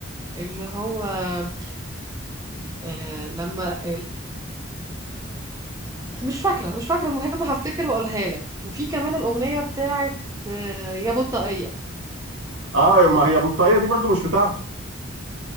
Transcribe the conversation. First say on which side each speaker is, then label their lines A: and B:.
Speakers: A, on the right; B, on the right.
A: اللي هو آه، آه، لما مش فاكرة مش فاكرة المهم هفتكر واقولها لك وفي كمان الأغنية بتاعت آه، يا بطاقية
B: اه ما هي بطاقيه دي برضو مش بتاعته